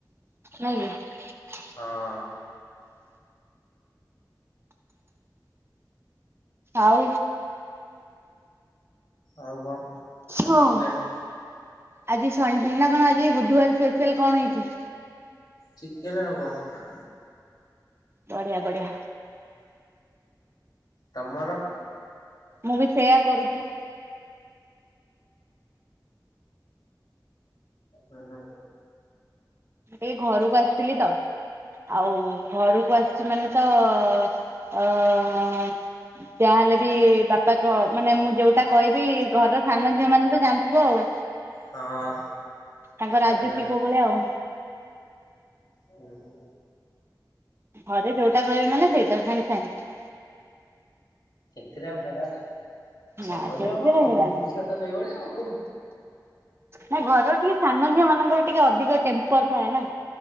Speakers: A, on the right; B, on the left.
A: ନାଇଁ କି?
B: ହଁ।
A: ଆଉ
B: ଆଉ କଣ
A: ହଁ
B: କିଛି ନାହିଁ।
A: ଆଜି ନା କଣ ଆଜି ବୁଧବାର ସ୍ପେଶାଲ କଣ ହେଇଛି?
B: ଚିକେନ ଆଉ କଣ?
A: ବଢ଼ିଆ ବଢ଼ିଆ।
B: ତମର?
A: ମୁଁ ବି ସେୟା କରିଚି।
B: ହୁଁ ହୁଁ।
A: ଏ ଘରକୁ ଆସିଥିଲି ତ ଆଉ ଘରକୁ ଆସିଛି ମାନେ ତ ଅ ଯାହାହେଲେ ବି ବାପା କ ମାନେ ମୁଁ ଯୋଉଁଟା କହିବି ଘର ସାନ ଝିଅ ମାନେ ତ ଜାଣିଥିବ ଆଉ
B: ହଁ।
A: ତାଙ୍କ
B: ସେଇଭଳିଆ
A: ରାଜୁତି କେବଳ ଆଉ।
B: ହୁଁ ହୁଁ
A: ଘରେ ଯୋଉଟା କହିବେ ମାନେ ସେଇଟା ସାଙ୍ଗେ ସାଙ୍ଗେ
B: ସେଥିରେ ଆଉ ହେଳା ଅଛି ସାନ
A: ନା ସେଥିରେ
B: ଝିଅ କଣ ସବୁ
A: ହେଲାନି
B: ଝିଅ ତ ସେଇଭଳିଆ ଆଉ।
A: ନା ଘରର ଟିକେ ସାନଝଅ ମାନଙ୍କର ଟିକେ ଅଧିକ ଟେମ୍ପର ଥାଏ ନା